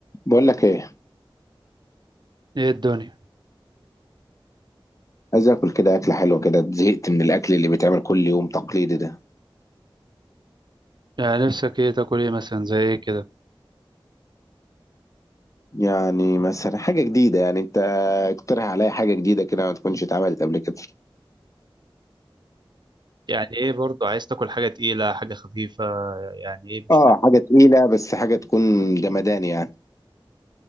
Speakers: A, on the left (about 35°); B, on the right (about 55°).
A: بقول لك ايه
B: ايه الدنيا
A: عايز اكل كده اكله حلوه كده زهقت من الاكل اللي بيتعمل كل يوم تقليدي ده
B: يعني نفسك ايه تاكل ايه مثلا زي ايه كده
A: يعني مثلا حاجه جديده يعني انت اقترح عليا حاجه جديده كده ما تكونش اتعملت قبل كده
B: يعني ايه برضو عايز تاكل حاجة تقيلة حاجة خفيفة يعني ايه مش
A: اه
B: فاهم
A: حاجه تقيله بس حاجه تكون جمدان يعني